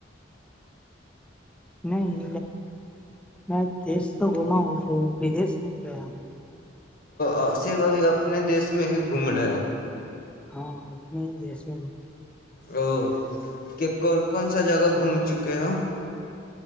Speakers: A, in the centre; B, on the left (about 45°).
A: نہیں میں دیش تو گھما ہوں بدیش نہیں گیا ہوں
B: ا صرف ابھی اپنے دیس میں ہی گھوم رہے ہو
A: ہاں انے دی میں گوم
B: او کہ کون کون سا جگہ گھوم چکے ہو